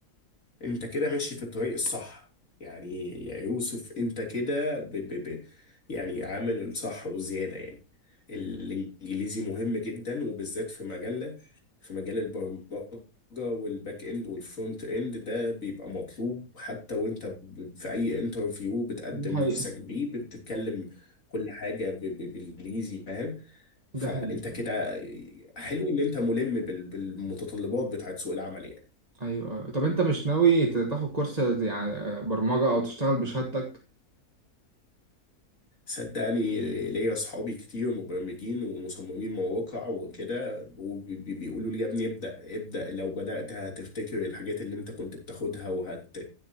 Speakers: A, on the left; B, on the right.
A: انت كده ماشي في الطريق الصح يعني يا يوسف انت كده ب ب ب يعني عامل الصح وزيادة يعني الانجليزي مهم جدا وبالذات في مجالنا في مجال البرمجة والباك اند والفرونت اند ده بيبقى مطلوب حتى وانت ب- في اي انترفيو بتقدم
B: دي حقيقة
A: نفسك بيه بتتكلم كل حاجة ب- ب- بالانجليزي فاهم فانت
B: دي حقيقة
A: كده حلو ان انت ملم بال- بالمتطلبات بتاعت سوق العمل يعني
B: أيوة أيوة. طب أنت مش ناوي ت- تاخد كورس يعني برمجة أو تشتغل بشهادتك
A: صدقني ليا اصحابي كتير مبرمجين ومصممين مواقع وكده وبيقولوا لي يا ابني ابدأ ابدأ لو بدأت هتفتكر الحاجات اللي انت كنت بتاخدها وهت